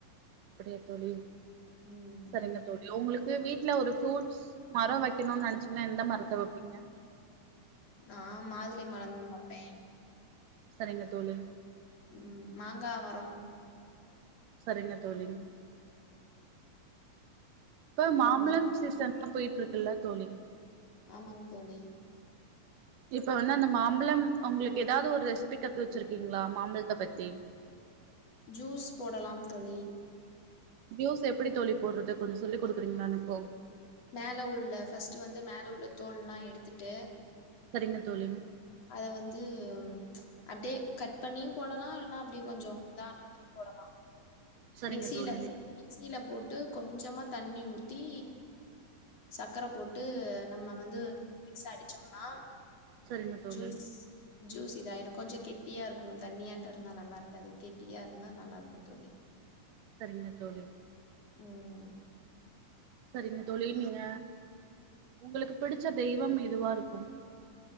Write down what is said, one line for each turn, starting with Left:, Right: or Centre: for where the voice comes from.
Right: அப்டியா தோழி
Left: ம்
Right: சரிங்க தோழி உங்ளுக் கு வீட்ல ஒரு ஃப்ரூட்ஸ் மரோ வெக்கணுனு நெனச்சீங்னா எந்த மரத்த வெப்பீங்க
Left: நா மாதுளை மரம் வெப்பேன்
Right: சரிங்க தோழி
Left: ம் மாங்கா மரம்
Right: சரிங்க தோழி இப்ப மாம்பழம்
Left: இந்த
Right: சீசன் லா போயிட்டு இருக்கல்ல தோழி
Left: ஆமாங் தோழி
Right: இப்ப வந்து அந்த மாம்பழம் உங்களுக்கு எதாவது ஒரு ரெசிபி கத்து வெச்சிருக்கீங்ளா மாம்பழத்த பத்தி
Left: ஜூஸ் போடலாம் தோழி
Right: ஜூஸ் எப்படி தோழி போடுறது கொஞ்சோ சொல்லி குடுக்கறீங்ளா எனக்கு
Left: மேல உள்ள ஃபஸ்ட்டு வந்து மேல உள்ள தோல் எல்லா எடுத்துட்டு
Right: செரிங்க தோழிம்
Left: அத வந்து ப்ச் அப்டியே கட் பண்ணியு போடலா இல்னா அப்டியே கொஞ்சோ இதான மாரி போடலா
Right: சரிங்க
Left: மிக்சில
Right: தோழி
Left: போ மிக்சில போட் டு கொஞ்சமா தண்ணி ஊத்தி சக்கர போட்டு நம்ம வந்து ஒரு மிக்ஸ் அடிச்சோம்னா
Right: செரிங்க தோழி
Left: ஜூஸ் ஜூஸ் இதாயிடு கொஞ்சோ கெட்டியாருக்கணு தண்ணியாட்டோ இருந்தா நல்லா இருக்காது கெட்டியா இருந்தா நல்லாருக்கு தோழி
Right: செரிங்க தோழி
Left: ம்
Right: செரிங்க தோழி நீங்க உங்களுக்கு பிடிச்ச தெய்வம் எதுவா இருக்கும்